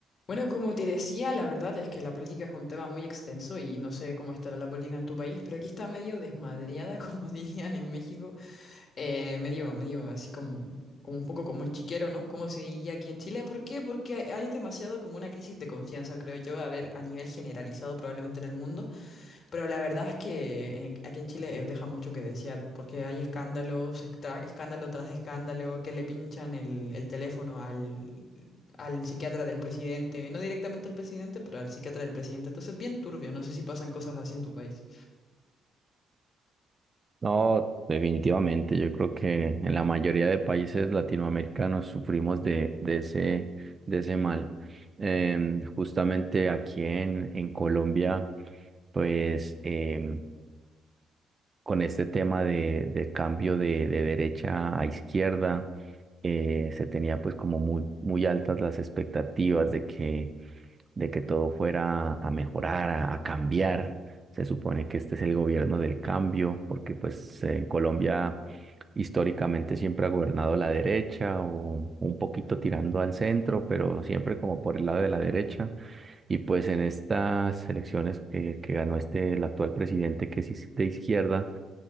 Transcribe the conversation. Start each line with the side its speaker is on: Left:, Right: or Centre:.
Left: Bueno, como te decía, la verdad es que la política es un tema muy extenso y no sé cómo estará la política en tu país, pero aquí está medio desmadreada, <laughs> como dirían en México, eh, medio, medio así como, como un poco como chiquero, ¿no? Como se diría aquí en Chile. ¿Por qué? Porque hay hay demasiado como una crisis de confianza, creo yo, a ver, a nivel generalizado probablemente en el mundo. Pero la verdad es que eh, aquí en Chile eh, deja mucho que desear, porque hay escándalos, extra- escándalo tras escándalo, que le pinchan el, el teléfono al, al psiquiatra del presidente, no directamente al presidente, pero al psiquiatra del presidente. Entonces, bien turbio, no sé si pasan cosas así en tu país.
Right: No, definitivamente. Yo creo que en la mayoría de países latinoamericanos sufrimos de, de ese, de ese mal. Em, justamente aquí en, en Colombia, pues em, con este tema de, de cambio de, de derecha a izquierda, eh, se tenía pues como muy, muy altas las expectativas de que, de que todo fuera a mejorar, a, a cambiar. Se supone que este es el gobierno del cambio, porque pues en Colombia Históricamente siempre ha gobernado la derecha o un poquito tirando al centro, pero siempre como por el lado de la derecha. Y pues en estas elecciones que, que ganó este, el actual presidente que es de izquierda,